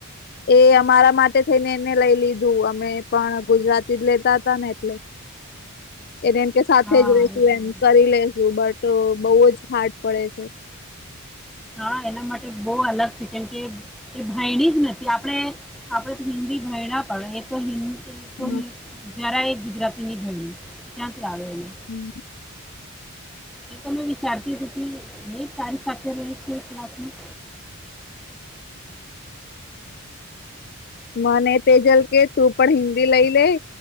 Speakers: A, on the left; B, in the centre.
A: એ અમારા માટે થઈને એને લઈ લીધું અમે પણ ગુજરાતી જ લેતા હતા ને એટલે. <inaudible> એને એમ કે સાથે
B: હા
A: જ રેસું
B: એ તો
A: એમ
B: બરાબર.
A: કરી લેસુ બટ બઉ જ હાર્ડ પડે છે.
B: હા એના માટે બહુ અલગ છે કેમકે એ ભયણીજ નથી આપડે આપણે તો હિન્દી ભણ્યા પડે એ તો હિન્ <unintelligible> તો
A: હમ.
B: જરાએ ગુજરાતીની ભણ્યું તો ક્યાંથી આવેને એને.
A: <unintelligible>
B: એ તો મેં વિચારતી હતી એ તારી સાથે રહે છે ક્લાસમાં
A: મને તેજલ કે તું પણ હિન્દી લઈ લે